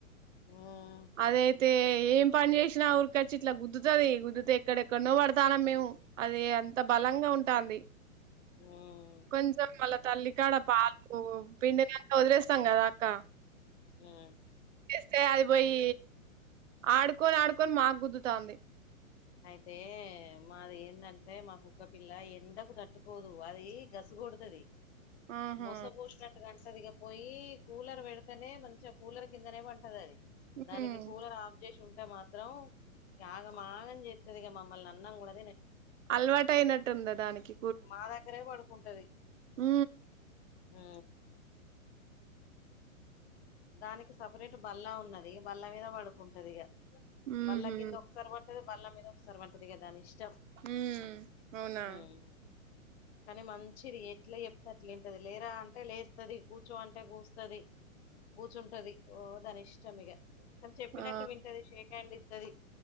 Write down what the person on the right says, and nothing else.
అదైతే ఏం పని చేసినా ఊరికొ వచ్చి ఇట్లా గుద్దుతుది గుద్దుతే ఎక్కడెక్కడ ను పడతాను మేము అది అంత బలంగా ఉంటాంది
కొంచెం వాళ్ళ తల్లి కాడ పాల్కు పిండినకా వదిలేస్తే సంగ కదా అక్క
స్తే అది పోయి ఆడుకొని ఆడుకొని మాకు గుద్దుతాంది
ఆహా
హ్మ్
అలవాటు అయినట్టుందా దానికి
ఉ
ఊహూ
హ అవునా
ఆ